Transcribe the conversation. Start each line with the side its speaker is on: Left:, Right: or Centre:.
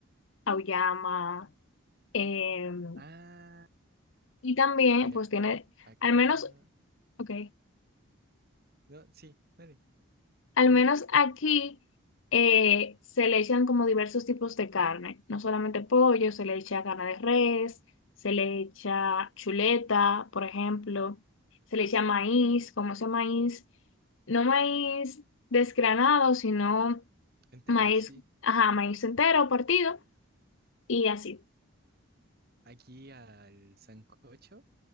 Left: auyama. em,
Right: Ah,
Left: Y también,
Right: mira,
Left: pues tiene,
Right: acá...
Left: al menos, ok,
Right: No, sí, dale.
Left: al menos aquí eh, se le echan como diversos tipos de carne, no solamente pollo, se le echa carne de res, se le echa chuleta, por ejemplo, se le echa maíz, como ese maíz, no maíz desgranado, sino
Right: Entero,
Left: maíz,
Right: sí.
Left: ajá, maíz entero, partido, y así.
Right: Aquí al sancocho.